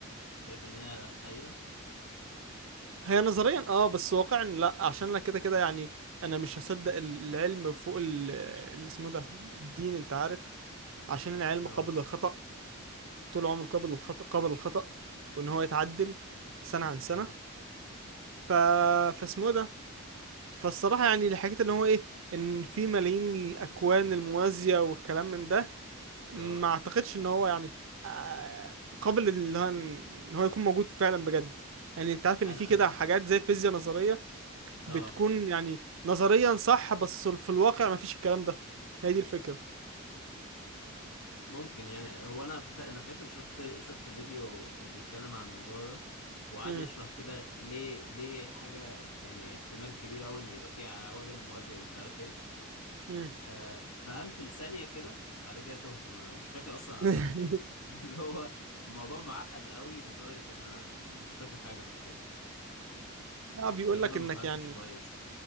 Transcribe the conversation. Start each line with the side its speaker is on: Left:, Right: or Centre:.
Left: شايف ان هي حقيقة
Right: هي نظريا اه بس واقعا لا عشان انا كده كده يعني انا مش هصدق ال- العلم فوق ال- اللي اسمه ده الدين انت عارف عشان العلم
Left: اه
Right: قابل للخطأ طول عمره قابل للخطأ قابل للخطأ وان هو يتعدل سنة عن سنة
Left: اه
Right: ف... فاسمه ده فالصراحة يعني اللي حكيت ان هو ايه ان في ملايين الاكوان الموازية والكلام من ده
Left: اه
Right: ما اعتقدش ان هو يعني آه، قابل اللي هو ان إن هو يكون موجود فعلا بجد يعني انت عارف ان
Left: انا
Right: في كده
Left: انا
Right: حاجات زي الفيزياء نظرية
Left: اه
Right: بتكون يعني نظريا صح بس في الواقع ما فيش الكلام ده هي دي الفكرة
Left: ممكن يعني هو انا ف... انا فاكر شفت شفت فيديو كان بيتكلم على الموضوع ده وقعد
Right: مم.
Left: يشرح كده ليه ليه حاجه يعني احتمال كبير قوي ان يبقى فيه عوالم موازيه ومش عارف ايه
Right: مم.
Left: آه فهمت لثانيه كده بعد كده تهت ما مش فاكر اصلا انا
Right: <laughs>
Left: فهمت ايه <laughs> اللي هو الموضوع معقد قوي لدرجه ان انا يعني مش فاكر حاجه حرفيا
Right: اه بيقول
Left: تقريبا
Right: لك
Left: ما
Right: انك
Left: فهمتش
Right: يعني
Left: كويس